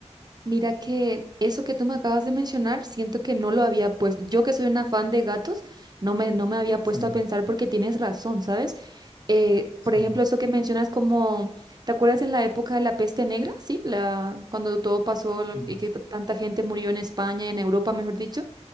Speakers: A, on the right (about 35°); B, on the left (about 45°).
A: Mira que eso que tú me acabas de mencionar, siento que no lo había puesto. Yo que soy una fan de gatos, no me, no me había puesto
B: Sí,
A: a pensar porque tienes razón, ¿sabes? Eh,
B: sí,
A: por ejemplo, eso que mencionas como, ¿te acuerdas en la época de la peste negra? Sí, la, cuando todo pasó lo-
B: sí.
A: y que t- tanta gente murió en España, en Europa, mejor dicho.